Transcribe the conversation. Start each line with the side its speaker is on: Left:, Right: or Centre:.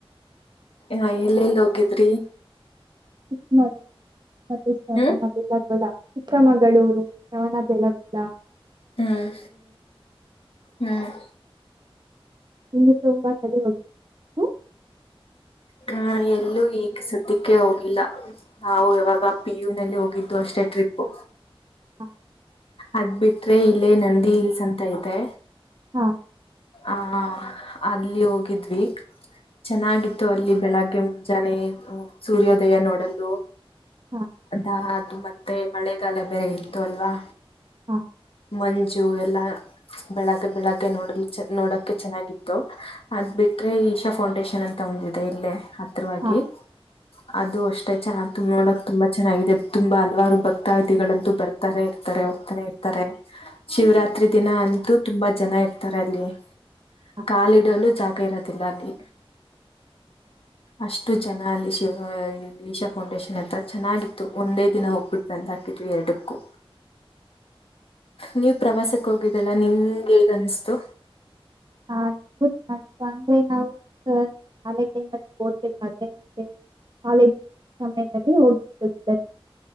Left: ಹ ಎಲ್ಲ ಎಲ್ಲಿ ಹೋಗಿದ್ರಿ
Right: ಇದು ಮತ್ತ
Left: ಹ್ಮ್
Right: ಬೆಿಲ್ಲಗೋಳ ಚಿಕ್ಕಮಗಳೂರು ಶವಣ ಬೆಳ ಬಡ
Left: ಹ್ಮ್ ಹ್ಮ್
Right: ಇನ್ನು ತುಂಬಾ ಕಡೆ ಹೋಗ ಹ
Left: ಹ ಎಲ್ಲೂ ಈಗ ಸ್ದಕ್ಕೆ ಹೋಗಿಲ್ಲ ನಾವು ಯವಾಗ ಪಿಯು ನಲ್ಲಿ ಹೋಗಿದ್ದು ಅಷ್ಟೇ ಟ್ರಿಪ್ಪು
Right: ಹಾ
Left: ಅದ್ ಬಿಟ್ರೆ ಇಲ್ಲೇ ನಂದಿ ಹಿಲ್ಸ್ ಅಂತ ಇತೆ
Right: ಹಾ
Left: ಆಹ ಅಲ್ಲಿ ಹೋಗಿದ್ವಿ ಚೆನ್ನಾಗಿತ್ತು ಅಲ್ಲಿ ಬೆಳಗ್ಗೆ ಮುಂಜಾನೆ ಸೂರ್ಯೋದಯ ನೋಡಲು
Right: ಹಾಂ
Left: ಅದಾ ದು ಮತ್ತೆ ಮಳೆಗಾಲ ಬೇರೆ ಇತ್ತು ಅಲ್ವಾ
Right: ಹಾ
Left: ಮಂಜು ಎಲ್ಲಾ ಬೆಳಗ್ಗೆ ಬೆಳಗ್ಗೆ ನೋಡಲಿ ನೋಡಕ್ಕೆ ಚೆನ್ನಾಗಿತ್ತು ಅದ್ ಬಿಟ್ರೆ ಈಶಾ ಫೌಂಡೇಶನ್ ಅಂತ ಒಂದಿದೆ ಇಲ್ಲೇ ಪವಾಗಿ
Right: ಹಾಂ
Left: ಅದು ಅಷ್ಟೇ ಚೆನ್ನಾಗಿುಂಬ ನೋಡಕ್ ತುಂಬಾ ಚೆನ್ನಾಗಿದೆ ತುಂಬಾ ಹಲ್ವಾರು ಭಕ್ತಾವಧಿಗಳಂತೂ ಬರ್ತಾನೆ ಇರ್ತಾರೆ ಹೋಗ್ತಾನೆ ಇರ್ತಾರೆ ಶಿವರಾತ್ರಿ ದಿನ ಅಂತೂ ತುಂಬಾ ಜನ ಇರ್ತಾರೆ ಬಲ್ಲಿೇ
Right: ಹಾಂ
Left: ಕಾಲಿಡಲು ಜಾಗ ಇರತ್ತೆ. ಅಲ್ಲಿ ಅಷ್ಟು ಜನ ಅಲ್ಲಿ ಶಿವ ಈಶಾ ಫೌಂಡೇಶನ್ ಅತ್ರ ಚೆನ್ನಾಗಿತ್ತು ಒಂದೇ ದಿನ ಹೋಗ್ಬಿಟ್ಟು ಬಂದ್ ಹಾಕಿದ್ವಿ ಎರಡಕ್ಕೂ ನೀವು ಪ್ರವಾಸಕ್ಕೆ ಹೋಗಿದ್ದಲ್ಲ ನಿಮ್ಗೆ ಹೇಗನ್ಿಸತು
Right: ಹ ನ ಗ ನಂತಂತ ಅಂದ್ರೆ ನಾವು ಶಾಲೆ ಕೈ ಮಲ್ಲಿ ಓದ್ಬೇಕಾದ್ರೆ ಅೆ ಕಾಲೇಜ್ ಸಮಯದಲ್ಲಿ ಹೋಗಿರು ದ